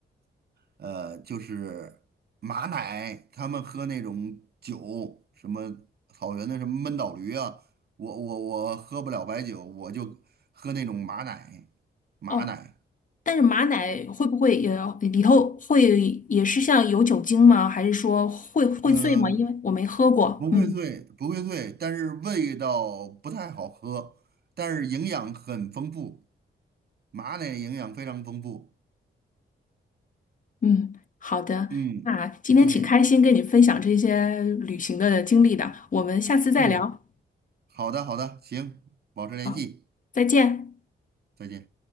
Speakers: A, on the right; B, on the left.
A: 呃，就是马奶，他们喝那种酒，什么草原的什么闷倒驴啊，我我我喝不了白酒，我就喝那种马奶，马奶。
B: 哦，但是马奶会不会也里头会也是像有酒精吗？还是说会会醉吗？
A: 嗯，
B: 因为我没喝过。
A: 不会醉，
B: 嗯
A: 不会醉，但是味道不太好喝，但是营养很丰富，马奶营养非常丰富。
B: 嗯，好的，
A: 嗯，
B: 那今天挺开心跟你分享这些旅行的经历的，
A: 对，
B: 我们下次再聊。
A: 嗯，好的，好的，行，保持联系，
B: 好，再见。
A: 再见。